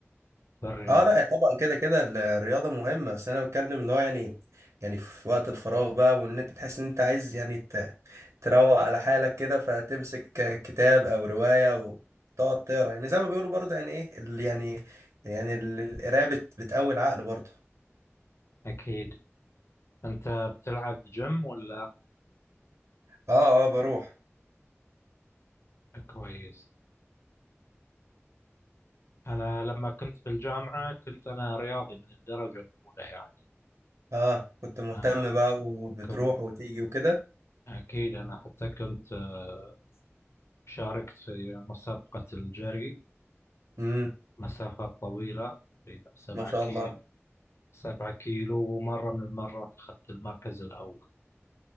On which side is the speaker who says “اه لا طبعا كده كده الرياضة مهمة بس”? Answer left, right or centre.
Right